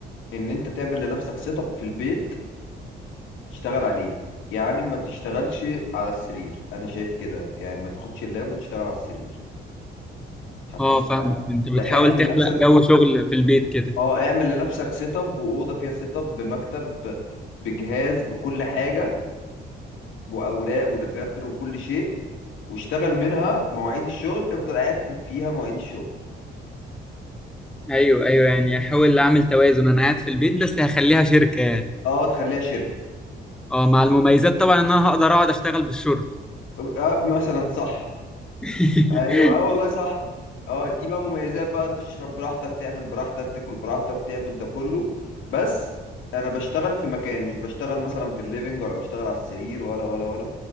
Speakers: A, on the left (about 85°); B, in the centre.
A: ان انت تعمل لنفسك سيت اب في البيت تشتغل عليه يعني ما تشتغلش على السرير انا شايف كده يعني ما تاخدش اللاب وتشتغل على السرير هتحس
B: اه فاهمك
A: بفرق
B: انت بتحاول
A: لا اعمل
B: تخلق
A: لنفسك
B: جو شغل في البيت كده
A: اه اعمل لنفسك سيت اب واوضه فيها سيت اب بمكتب بجهاز بكل حاجه واوراق ودفاتر وكل شيء واشتغل منها مواعيد الشغل افضل قاعد في- فيها مواعيد الشغل
B: ايوه ايوه يعني احاول اعمل توازن انا قاعد في البيت بس هخليها شركه يعني
A: اه تخليها شركه
B: اه مع المميزات طبعا ان انا هقدر اقعد اشتغل بالشورت
A: ابقى مثلا صح
B: <laughs>
A: ايوه اه والله صح اه دي بقى مميزات بقى تشرب براحتك تعمل براحتك تاكل براحتك تعمل ده كله بس انا بشتغل في مكان مش بشتغل مثلا في الليفينج ولا بشتغل على السرير ولا ولا ولا